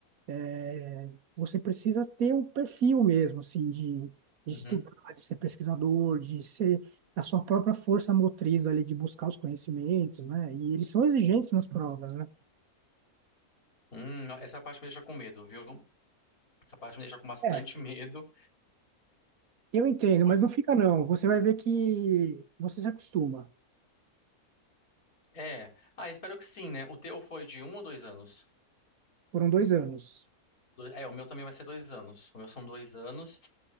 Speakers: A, on the right (about 70°); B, on the left (about 70°).
A: é, você precisa ter um perfil mesmo, assim, de, de
B: Uhum.
A: estudar, de ser pesquisador, de ser a sua própria força motriz ali, de buscar os conhecimentos, né? E eles são exigentes nas provas, né?
B: Hum, não, essa parte me deixa com medo, viu? Essa parte me deixa com bastante
A: É,
B: <laughs> medo.
A: eu entendo,
B: por-
A: mas não fica não. Você vai ver que você se acostuma.
B: É. Ah, espero que sim, né? O teu foi de um ou dois anos?
A: Foram dois anos.
B: Do- É, o meu também vai ser dois anos. O meu são dois anos.